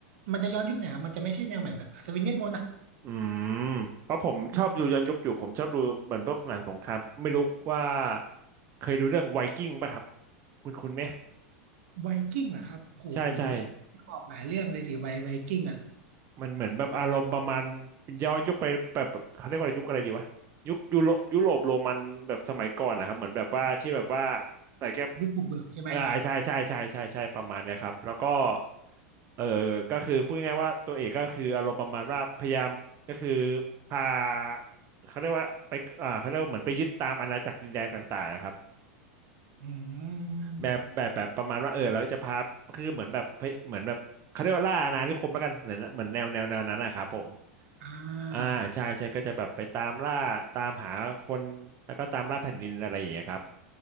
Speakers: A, on the right (about 70°); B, on the right (about 35°).
A: มันจะย้อนยุคไหนอยครับมันจะไม่ใช่แนวแบบแบบอัศวินเวทมนต์อ่ะ
B: อืมเพราะผมชอบดูย้อนยุคอยู่ผมชอบดูเหมือนพวกหนังสงครามไม่รู้ว่า
A: อืม
B: เคยดูเรื่องไวกิ้งป่ะครับคุณคุณไหม
A: ไวกิ้งเหรอครับโหผม
B: ใช่ใช่
A: ออกหลายเรื่องเลยสิไวไวกิ้งอ่ะ
B: มันเหมือนแบบอารมณ์ประมาณย้อนยุคไปแบบแบบเขาเรียกว่ายุคอะไรดีวะยุคยุโรยุโรปโรมันแบบสมัยก่อนนะครับเหมือนแบบว่าที่แบบว่าใส่แก้ว
A: ยุคบุกเบิกใช่ไหม
B: เออใช่ใช่ใช่ใช่ใช่ประมาณเนี้ยครับแล้วก็เออก็คือพูดง่ายๆว่าตัวเอกก็คืออารมณ์ประมาณว่าพยายามก็คือพาเขาเรียกว่าไปอ่าเขาเรียกว่าเหมือนไปยึดตามอาณาจักรดินแดนต่างๆนะครับ
A: อืม
B: แบบแบบแบบประมาณว่าเออเราก็จะพาคือเหมือนแบบเหมือนแบบเขาเรียกว่าล่าอาณานิคมแล้วกันเหมือนเหมือนแนวแนวแนวนั้นนะครับผม
A: อ่า
B: อ่าใช่ใช่ก็จะแบบไปตามล่าตามหาคนแล้วก็ตามล่าแผ่นดินอะไรอย่างเงี้ยครับ